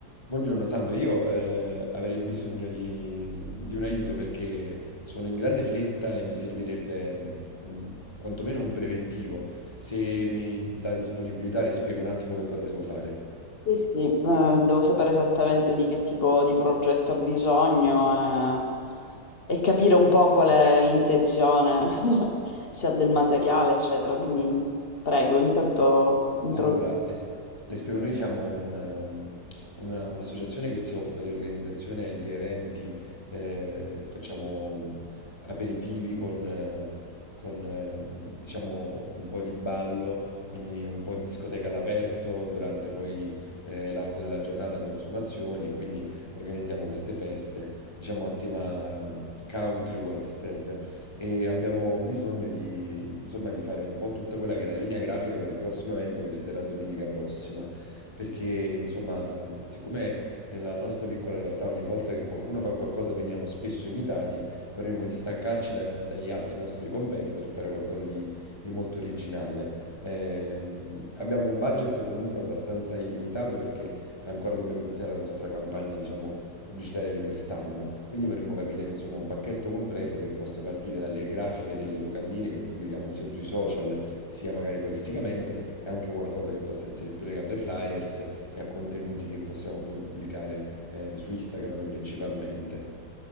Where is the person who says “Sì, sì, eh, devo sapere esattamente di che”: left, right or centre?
Left